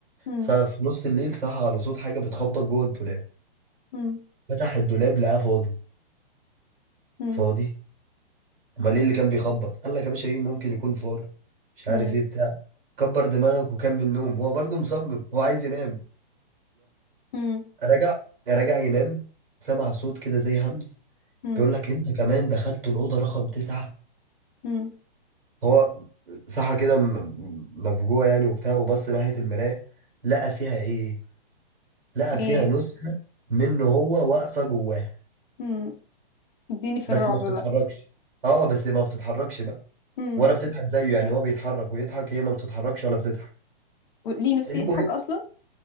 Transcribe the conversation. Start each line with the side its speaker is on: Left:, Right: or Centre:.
Left: امم
Right: ففي نص الليل صحى على صوت حاجه بتخبط جوه الدولاب
Left: امم
Right: فتح الدولاب لقاه فاضي
Left: امم
Right: فاضي امال ايه اللي كان بيخبط قال لك يا باشا ايه ممكن يكون فار مش
Left: امم
Right: عارف ايه بتاع كبر دماغك وكمل نوم هو برضه مصمم هو عايز ينام
Left: امم
Right: راجع راجع ينام سمع صوت كده زي همس
Left: امم
Right: بيقول لك انت كمان دخلت الأوضة رقم تسعة
Left: امم
Right: هو صحى كده م- م- مفجوع يعني وبتاع وبص ناحية المراية لقى فيها ايه لقى فيها
Left: ايه
Right: نسخة منه هو واقفة جواه
Left: امم اديني في
Right: بس
Left: الرعب
Right: ما بتتحركش
Left: بقى
Right: اه بس ما بتتحركش بقى
Left: امم
Right: ولا بتضحك زيه يعني هو بيتحرك ويضحك هي ما بتتحركش ولا بتضحك
Left: ليه نفسي
Right: المهم
Left: يضحك اصلا